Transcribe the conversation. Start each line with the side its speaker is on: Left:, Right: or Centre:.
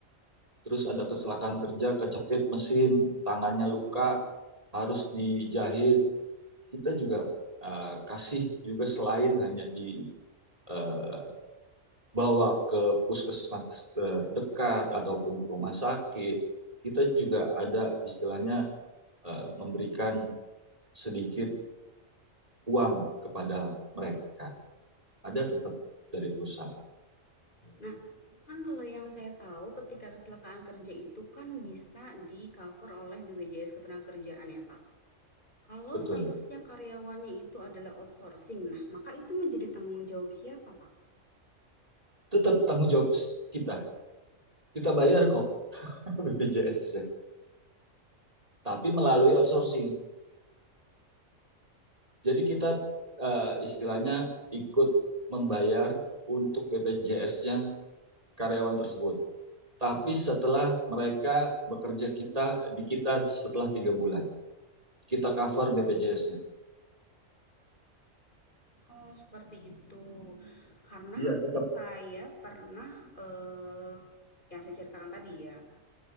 Right: Terus ada kecelakaan kerja, kecepit mesin, tangannya luka, harus dijahit. Kita juga uh, kasih juga selain hanya dibawa uh, ke puskesmas terdekat ataupun ke rumah sakit, kita juga ada istilahnya uh, memberikan sedikit uang kepada mereka. Ada tetap dari perusahaan,
Left: Nah Kan kalau yang saya tahu ketika kecelakaan kerja itu kan bisa di-cover oleh BPJS Ketenagakerjaan ya, Pak. Kalau
Right: betul.
Left: statusnya karyawannya itu adalah outsourcing, nah maka itu menjadi tanggung jawab siapa, Pak?
Right: Tetap tanggung jawab kita. Kita bayar kok <laughs> BPJS-nya, tapi melalui outsourcing jadi kita uh, istilahnya ikut membayar untuk bpjs nya karyawan tersebut tapi setelah mereka bekerja kita di kita setelah tiga bulan kita cover bpjs nya
Left: Oh, seperti itu. Karena
Right: Iya, tetap.
Left: saya pernah eh yang saya ceritakan tadi ya,